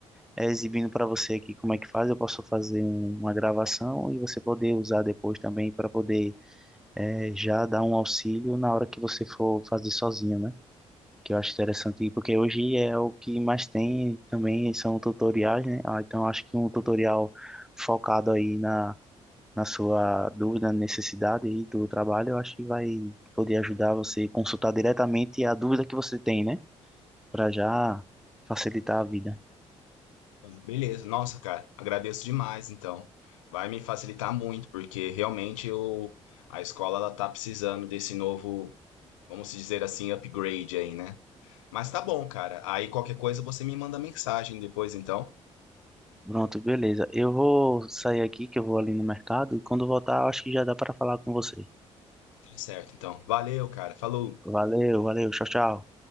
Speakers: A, in the centre; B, on the left (about 75°).
A: é, exibindo para você aqui como é que faz. Eu posso fazer um- uma gravação e você poder usar depois também para poder é, já dar um auxílio na hora que você for fazer sozinho, né? Que eu acho interessante, porque hoje é o que mais tem também são tutoriais, né? Ah, Então eu acho que um tutorial focado aí na, na sua dúvida, necessidade aí do trabalho, eu acho que vai poder ajudar você a consultar diretamente a dúvida que você tem, né? Para já facilitar a vida.
B: Beleza, nossa, cara, agradeço demais, então. Vai me facilitar muito, porque realmente eu, a escola ela tá precisando desse novo, vamos dizer assim, upgrade aí, né? Mas tá bom, cara. Aí qualquer coisa você me manda mensagem depois, então.
A: Pronto, beleza. Eu vou sair aqui, que eu vou ali no mercado, e quando voltar, eu acho que já dá para falar com você.
B: Tudo certo, então. Valeu, cara. Falou.
A: Valeu, valeu, tchau, tchau.